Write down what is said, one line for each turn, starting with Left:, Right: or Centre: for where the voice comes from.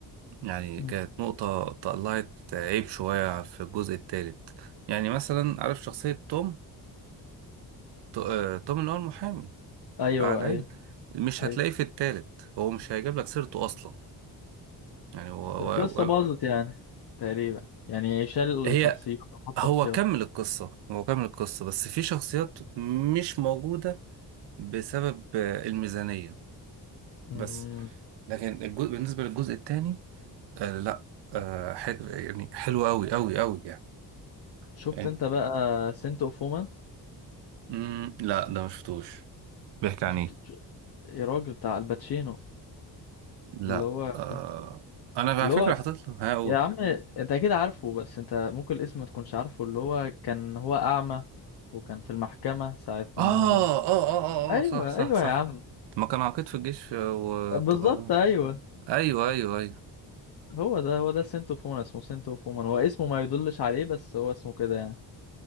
Right: يعني
Left: مم.
Right: كانت نقطة طلعت عيب شوية في الجزء التالت يعني مثلا عارف شخصية توم تو- آه، توم اللي هو المحامي
Left: ايوه
Right: بتاع العيلة
Left: ايوه
Right: مش
Left: ايوه
Right: هتلاقيه في التالت هو مش هيجيب لك سيرته أصلا يعني هو هو-
Left: القصة
Right: هو-
Left: باظت يعني تقريبا يعني شال
Right: هي
Left: شخصيات حط
Right: هو
Left: شخصيات
Right: كمل القصة هو كمل القصة بس في شخصيات مش موجودة بسبب آه، الميزانية
Left: مم.
Right: بس لكن الجزء بالنسبة للجزء التاني آه لا آه حلو يعني حلو قوي قوي قوي يعني,
Left: شفت
Right: يعني
Left: انت بقى سنت اوف وومن
Right: مم لا ده ما شفتوش بيحكي
Left: ما
Right: عن
Left: شفتوش
Right: ايه
Left: يا راجل بتاع الباتشينو
Right: لا
Left: اللي هو
Right: آه انا
Left: اللي
Right: على فكره
Left: هو
Right: حاطط له هقول
Left: يا عم انت اكيد عارفه بس انت ممكن الاسم ما تكونش عارفه اللي هو كان هو اعمى وكان في المحكمة ساعة ما
Right: آه, اه اه
Left: ايوه
Right: اه اه صح صح
Left: ايوه
Right: صح
Left: يا عم
Right: ما كان عقيد في الجيش والتقاضى
Left: بالظبط ايوه
Right: ايوه ايوه ايوه
Left: هو ده هو ده سنت اوف وومن اسمه سنت اوف وومن هو اسمه ما يدلش عليه بس هو اسمه كده يعني